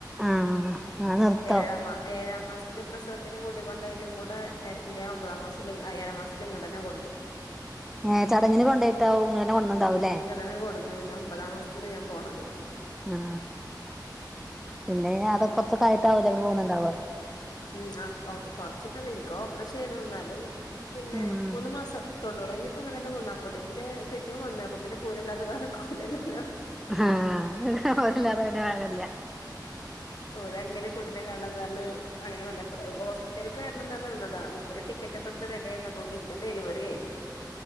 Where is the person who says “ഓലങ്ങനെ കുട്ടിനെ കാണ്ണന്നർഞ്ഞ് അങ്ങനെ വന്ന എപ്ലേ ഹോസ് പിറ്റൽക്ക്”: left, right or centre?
Left